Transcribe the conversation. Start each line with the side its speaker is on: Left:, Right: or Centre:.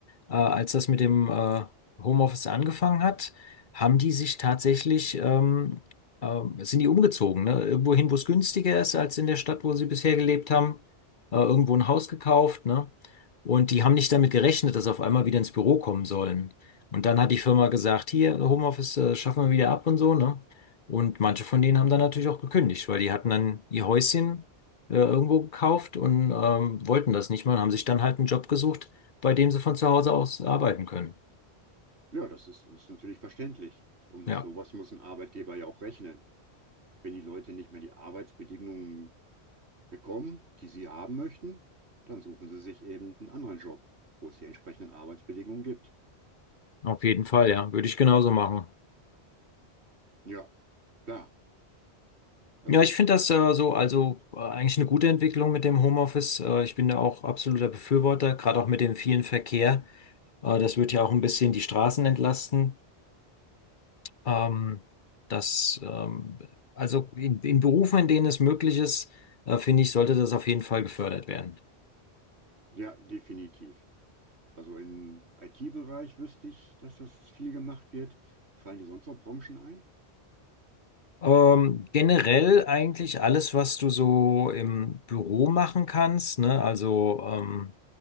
Left: äh, als das mit dem äh, Homeoffice angefangen hat, haben die sich tatsächlich, ähm, äh, sind die umgezogen, ne? Irgendwo hin, wo es günstiger ist als in der Stadt, wo sie bisher gelebt haben, äh, irgendwo ein Haus gekauft, ne? Und die haben nicht damit gerechnet, dass sie auf einmal wieder ins Büro kommen sollen. Und dann hat die Firma gesagt, hier, Homeoffice, äh, schaffen wir wieder ab und so, ne? Und manche von denen haben dann natürlich auch gekündigt, weil die hatten dann ihr Häuschen äh, irgendwo gekauft und ähm, wollten das nicht mehr und haben sich dann halt einen Job gesucht, bei dem sie von zu Hause aus arbeiten können.
Right: Ja, das ist, das ist natürlich verständlich. Und
Left: Ja,
Right: mit sowas muss ein Arbeitgeber ja auch rechnen. Wenn die Leute nicht mehr die Arbeitsbedingungen bekommen, die sie haben möchten, dann suchen sie sich eben einen anderen Job, wo es die entsprechenden Arbeitsbedingungen gibt.
Left: auf jeden Fall, ja, würde ich genauso machen.
Right: Ja, klar. Also,
Left: Ja, ich finde das äh, so, also äh, eigentlich eine gute Entwicklung mit dem Homeoffice. Äh, ich bin da auch absoluter Befürworter, gerade auch mit dem vielen Verkehr. Äh, das wird ja auch ein bisschen die Straßen entlasten. Ähm, das, ähm, also in, in Berufen, in denen es möglich ist, äh, finde ich, sollte das auf jeden Fall gefördert werden.
Right: ja, definitiv. Also im IT-Bereich wüsste ich, dass das viel gemacht wird. Fallen dir sonst noch Branchen ein?
Left: Ähm, generell eigentlich alles, was du so im Büro machen kannst, ne? Also ähm,